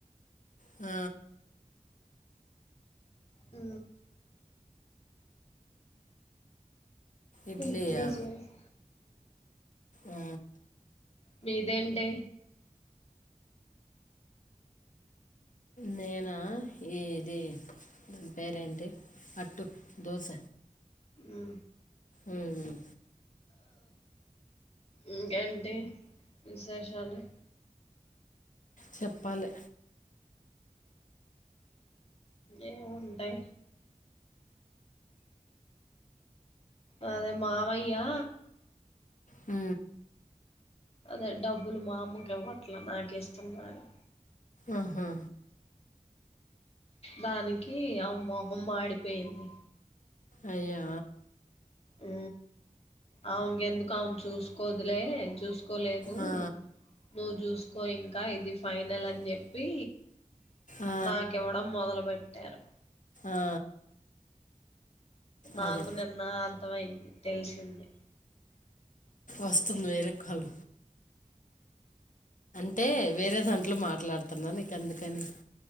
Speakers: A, on the left (about 70°); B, on the left (about 50°).
A: ఆ
B: ఉ
A: ఇడ్లీయా
B: ఇడ్లీ చేశా
A: ఆ,
B: మీదేంటి
A: నేనా నేను ఇది దాని పేరేంటి అట్టు దోశ
B: ఉ
A: ఉమ్,
B: ఇంకేంటి విశేషాలు
A: చెప్పాలి
B: ఏముంటాయి అదే మామయ్యా
A: అ
B: అదే డబ్బులు మా అమ్మగా ఇవ్వట్లేదు నాక ఇస్తున్నారు
A: ఆహా
B: దానికి ఆమె మోహం మాడిపోయింది
A: అయ్యో
B: ఉ అమెకి ఎందుకు ఆమె చూసుకోదులే చూసుకో చూసుకోలేదు
A: ఆ, ఆ,
B: నువ్వు చూసుకో ఇంకా ఇది ఫైనల్ అని చెప్పి
A: ఆ,
B: నాకివ్వడం మొదలు బెట్టారు
A: ఆ,
B: నాకు
A: అదే
B: నిన్న అర్థం అయింది తెలిసింది.
A: వస్తున్నాయెరేఖ్ఖలు అంటే వేరే దాంట్లో మాట్లాడుతున్న నీకు అందుకని